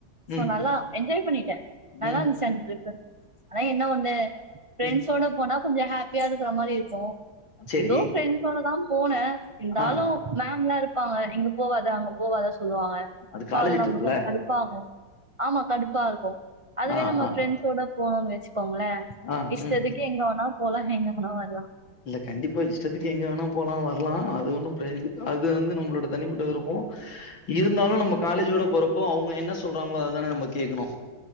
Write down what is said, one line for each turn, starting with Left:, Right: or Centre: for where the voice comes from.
Right: சோ
Left: ம்,
Right: நல்லா என்ஜாய் பண்ணிட்டே நல்லாருந்துச்சு
Left: ம்,
Right: அந்த ட்ரிப்பு ஆனா என்ன ஒண்ணு ஃபிரண்ஸோட
Left: ம்.
Right: போனா கொஞ்சோ ஹேப்பியா இருக்குற மாரி இருக்கு
Left: சரி.
Right: இதோ ஃப்ரெண்ட்ஸோட தான் போனே இருந்தாலு
Left: ஆ
Right: மேம் லா இருப்பாங்க இங்க போவாத அங்க போவாத சொல்லுவாங்க
Left: அது
Right: சோ
Left: காலேஜ்
Right: அத நம்ளுக்கு
Left: ட்ரிப்ல.
Right: கொஞ்சோ கடுப்பாகு ஆமா கடுப்பாருக்கு அதுவே
Left: ஆ,
Right: நம்ம
Left: ஆ,
Right: ஃப்ரெண்ஸோட போனோ வச்க்கோங்களே
Left: ஆ,
Right: இஷ்டத்க்
Left: ம்.
Right: கு எங்க வேணா போலா எங்க வேணா வர்லா
Left: இல்ல கண்டிப்பா இஷ்டத்துக்கு எங்க வேணா போலா வர்லா அது ஒண்ணு ப்ரெ அது வந்து நம்மளோட தனிப்பட்ட விருப்போ இருந்தாலு நம்ம காலேஜோட போறப்போ அவுங்க என்ன சொல்றாங்களோ அதுதான நம்ம கேக்கணு